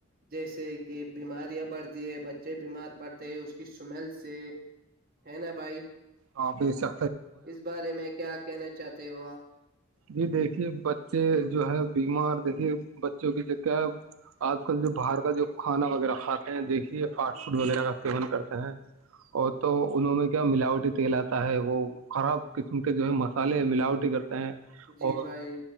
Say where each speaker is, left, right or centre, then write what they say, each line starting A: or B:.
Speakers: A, on the right; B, on the right.
A: جیسے کہ بیماریاں بڑھتی ہے بچے بیمار پڑتے ہیں اس کی سمیل سے ہے نا بھائی
B: ہاں بییسا
A: اس بارے میں کیا کہنا چاہتے ہو آپ
B: جی دیکھیے بچے جو ہے بیمار دیکھیے بچوں کی جگ کیا آج کل جو باہر کا جو کھانا وغیرہ کھاتے ہیں دیکھیے فاسٹ فوڈ وغیرہ کا سیون کرتے ہیں اور تو انوں میں کیا ملاوٹی تیل آتا ہے وہ خراب قسم کے جو ہے م سالے ملاوٹٹی کرتے ہیں
A: جی
B: اور
A: بھائی